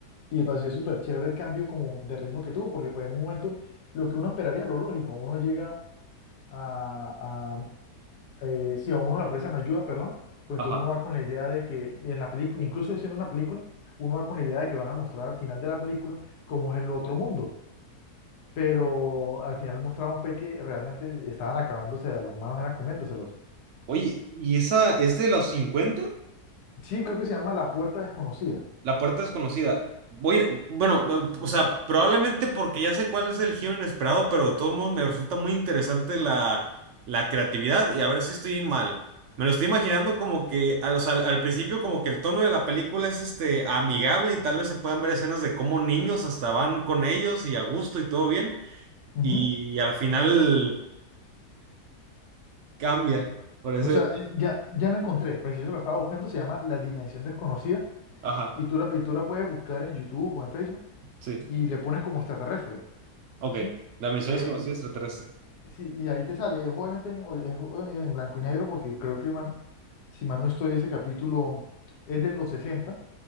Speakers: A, on the left (about 80°); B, on the right (about 60°).
A: Y me pareció súper chévere el cambio como de ritmo que tuvo, porque pues en un momento lo que uno esperaría, lo lógico, uno llega a, a eh, si a uno le ofrecen ayuda, perdón, pues
B: Ajá.
A: entonces uno va con la idea de que en la película, incluso siendo una película, uno va con la idea de que van a mostrar al final de la película cómo es el otro mundo pero al final mostraron fue que realmente estaban acabándose, a los humanos eran comiéndoselos.
B: Oye, ¿y esa es de los cincuenta
A: Sí, creo que se llama La Puerta Desconocida.
B: La puerta desconocida. Voy, a- bueno, eh, o sea, probablemente porque ya sé cuál es el giro inesperado, pero de todos modos me resulta muy interesante la, la creatividad y a ver si estoy mal. Me lo estoy imaginando como que al, o sea, al principio como que el tono de la película es este amigable y tal vez se puedan ver escenas de cómo niños hasta van con ellos y a gusto y todo bien
A: Ujú.
B: y al final cambia. Por ese...
A: O sea, eh, ya, ya la encontré, preciso la estaba buscando, se llama La Dimensión Desconocida
B: Ajá,
A: y tú la, y tú la puedes buscar en YouTube o en Facebook
B: sí.
A: y le pones como extraterrestre,
B: Ok.
A: ¿sí?
B: La misión
A: Eh,
B: desconocida extraterrestre.
A: y, sí, y ahí te sale, es obviamente en, o- es o- en blanco y negro porque creo que, mal- si mal no estoy, ese capítulo es de los 60,